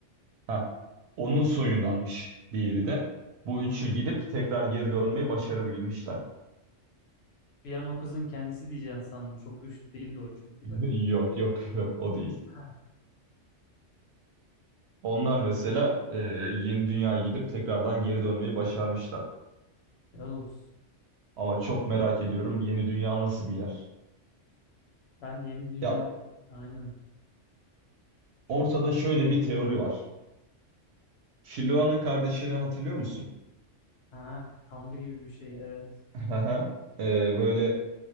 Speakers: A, on the right (about 65°); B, on the left (about 65°).
A: Ha, onun soyundanmış diğeri de. Bu üçü gidip tekrar geri dönmeyi başarabilmişler.
B: Bir an o kızın kendisi diyeceğim sandım. Çok güçlü değildi o çünkü
A: <laughs>
B: de.
A: Yok yok yok o değil.
B: Ha.
A: Onlar mesela e, yeni dünyaya gidip tekrardan geri dönmeyi başarmışlar.
B: Helal olsun.
A: Ama çok merak ediyorum yeni dünya nasıl bir yer?
B: Ben yeni dünya...
A: Ya
B: Aynen. Çok.
A: ortada şöyle bir teori var. Filoa'nın kardeşini hatırlıyor musun?
B: Ha. Tanrı gibi bir şey. Evet.
A: Haha. <laughs> E, böyle